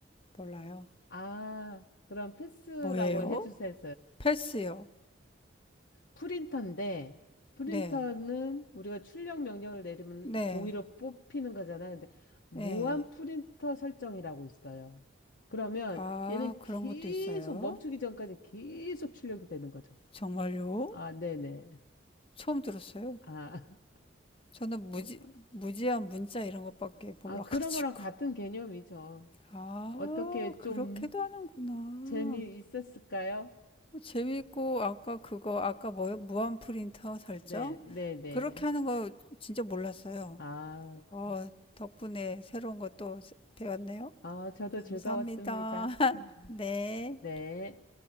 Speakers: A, on the left; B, on the left.
A: 몰라요.
B: 아, 그런 패스라고
A: 뭐예요?
B: 해주세요.
A: 패스요.
B: 프린터인데, 프린터는
A: 네.
B: 우리가 출력 명령을 내리면
A: 네.
B: 종이로 뽑히는 거잖아요. 근데 무한
A: 네.
B: 프린터 설정이라고 있어요. 그러면
A: 아,
B: 얘는
A: 그런
B: 계속
A: 것도 있어요.
B: 멈추기 전까지 계속 출력이 되는 거죠.
A: 정말요?
B: 아, 네네.
A: 처음 들었어요.
B: 아,
A: 저는 무지,
B: <laughs>
A: 무제한 문자 이런 것밖에 몰라가지고.
B: 아, 그런 거랑 같은 개념이죠.
A: 아,
B: 어떻게 좀
A: 그렇게도 하는구나.
B: 재미있었을까요?
A: 재밌고 아까 그거 아까 뭐요? 무한 프린터 설정?
B: 네, 네, 네.
A: 그렇게 하는 거 진짜 몰랐어요.
B: 아, 그렇구나.
A: 어, 덕분에 새로운 것도 배웠네요.
B: 아, 저도
A: 감사합니다.
B: 즐거웠습니다. 음,
A: <laughs> 네.
B: 네.